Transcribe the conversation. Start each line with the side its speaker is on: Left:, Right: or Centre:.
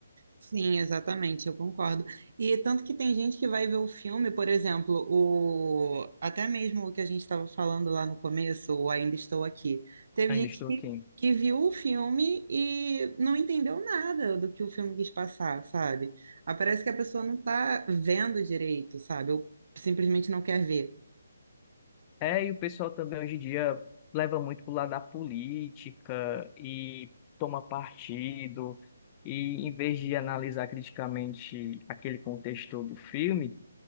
Right: Sim, exatamente, eu concordo. E tanto que tem gente que vai ver o filme, por exemplo, o até mesmo o que a gente estava falando lá no começo, o Ainda Estou Aqui. Teve
Left: Ainda
Right: gente
Left: estou
Right: que,
Left: aqui.
Right: que viu o filme e não entendeu nada do que o filme quis passar, sabe? Ah, Parece que a pessoa não está vendo direito, sabe? Ou simplesmente não quer ver.
Left: É, e o pessoal também hoje em dia leva muito pro lado da política e toma partido, e em vez de analisar criticamente aquele contexto do filme,